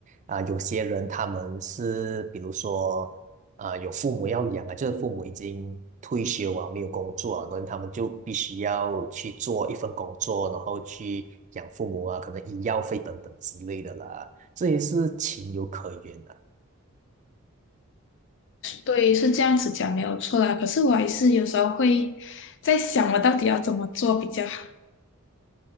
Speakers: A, on the right; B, on the left.
A: 啊、有些人他们是比如说啊、有父母要养啊，就是父母已经退休啊，没有工作啊，然后他们就必须要去做一份工作，然后去养父母啊，可能医药费等等之类的啦，这也是情有可原的。
B: 对，是这样子讲没有错啦。可是我还是有时候会在想，我到底要怎么做比较好。